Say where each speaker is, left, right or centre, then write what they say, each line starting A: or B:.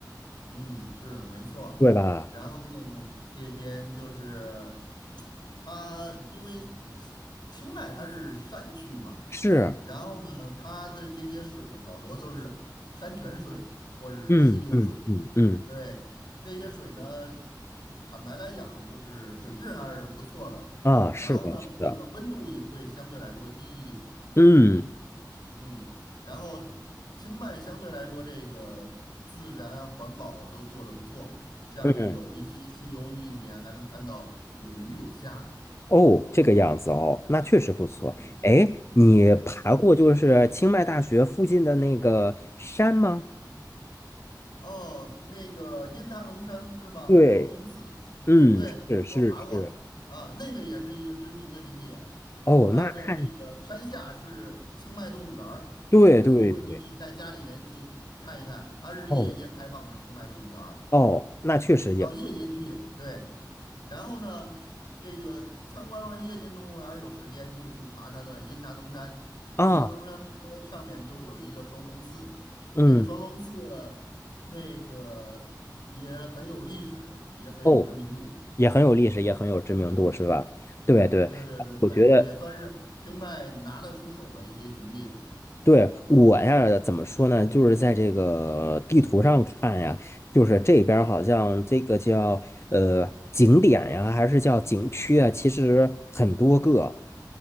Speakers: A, on the left; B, on the left.
A: 嗯，是没错儿然后呢，
B: 对吧？
A: 这边就是它，因为清迈它是山区嘛，
B: 是
A: 然后呢，它的这些水好多都是山泉水或者是溪流水。
B: 嗯嗯嗯嗯
A: 对，这些水呢，坦白来讲，就是水质还是不错的。
B: 啊，是的，
A: 然后呢，
B: 是的。
A: 这个温度也会相对来说低一点。
B: 嗯
A: 嗯，然后清迈相对来说，这个自然环保都做得不错，像有一些溪流域里面还能看到有鱼有虾。
B: 嗯，哦，这个样子哦，那确实不错。
A: 嗯，
B: 哎，你爬过就是清迈大学附近的那个山吗？
A: 哦，那个阴他农山是吗？
B: 对，
A: 双龙寺，
B: 嗯，
A: 对，
B: 是是是。
A: 我爬过啊，那个也是一个知名的景点。
B: 哦，
A: 它的这个山下是清迈动物园儿，
B: 那看，对对对。
A: 有机会你可以带家里人去看一看，它是夜间开放的清迈动物园儿。
B: 哦哦，那确实也
A: 到夜间去，对。然后呢，这个参观完夜间动物园儿，有时间就去爬它的阴达能山。
B: 不啊，
A: 阴达能山爬到上面就有一个双龙寺，
B: 嗯，
A: 那个双龙寺那个也很有历史，也很有知名度。
B: 哦，也很有历史，也很有知名度，是吧？对对，
A: 对对对对，
B: 我觉得。
A: 也算是清迈拿得出手的一些景点。
B: 对，我呀，怎么说呢？就是在这个地图上看呀，就是这边儿好像这个叫呃景点呀，还是叫景区啊，其实很多个。